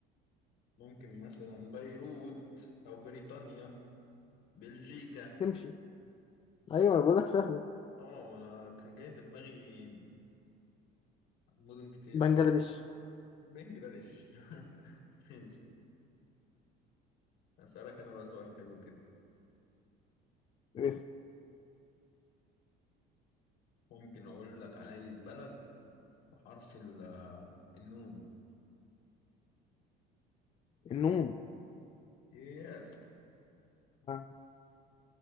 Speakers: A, on the left; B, on the left.
A: ممكن مثلا بيروت أو بريطانيا بلجيكا
B: تمشي أيوة أنا بقولك سهلة
A: آه أنا كان جاي في دماغي مدن كتير
B: بنجلاديش
A: بس بنجلاديش <laughs> ماشي أسألك أنا بقى سؤال حلو كده
B: إيه؟
A: ممكن أقول لك عايز بلد حرف ال- آه، النون
B: النون
A: يس
B: آه،